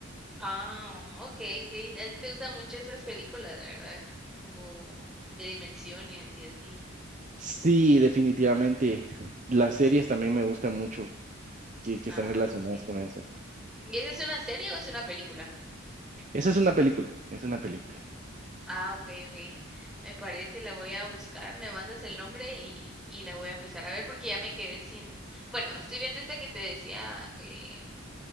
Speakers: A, in the centre; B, on the right.
A: Ah, ok, ok. A ti te gustan mucho esas películas, ¿verdad? Como de dimensiones y así.
B: Sí, definitivamente, las series también me gustan mucho que, que
A: Ah,
B: están relacionadas
A: ok.
B: con eso.
A: ¿Y esa es una serie o es una película?
B: Esa es una película, es una película.
A: Ah, ok, ok. Me parece, la voy a buscar. Me mandas el nombre y, y la voy a empezar a ver porque ya me quedé sin... Bueno, estoy viendo esta que te decía eh,